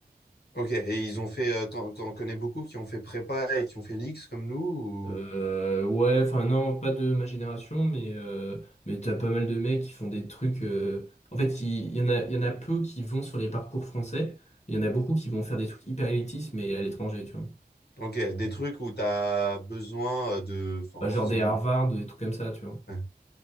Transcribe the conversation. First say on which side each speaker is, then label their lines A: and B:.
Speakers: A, on the left (about 75°); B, on the left (about 40°).
A: Ok, et ils ont fait, euh, t'en, t'en connais beaucoup qui ont fait prépa et qui ont fait l'X comme nous
B: Euh,
A: ou...
B: ouais, enfin non, pas de ma génération, mais euh, mais t'as pas mal de mecs qui font des trucs. euh, En fait, il il y, en a, il y en a peu qui vont sur les parcours français. Il y en a beaucoup qui vont faire des trucs hyper élitistes, mais à l'étranger, tu vois.
A: Ok, des trucs où t'as besoin euh, de, enfin,
B: Bah, genre
A: c'est-
B: des
A: où-
B: Harvard, des trucs comme ça, tu vois.
A: ouais.